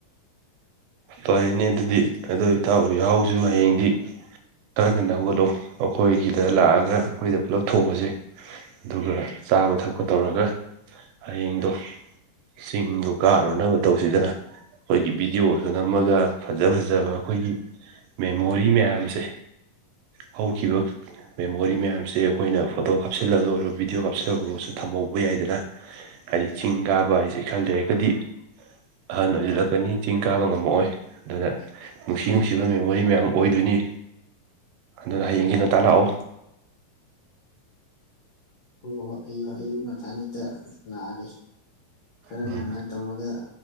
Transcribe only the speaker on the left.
ꯍꯣꯏ ꯍꯣꯏ ꯑꯌꯨꯛ ꯑꯌꯨꯛ ꯉꯟꯇꯥꯅꯤꯛꯇ ꯂꯥꯛꯑꯒꯦ ꯈꯔ
ꯉꯟꯅ ꯇꯧꯔꯒ